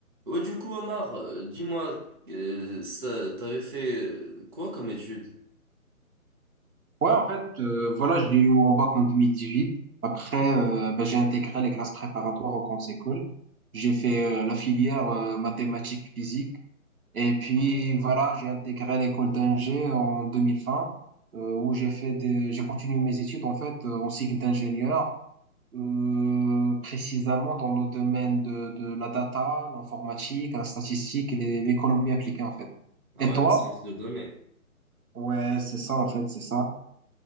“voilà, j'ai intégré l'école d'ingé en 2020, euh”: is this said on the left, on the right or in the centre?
Right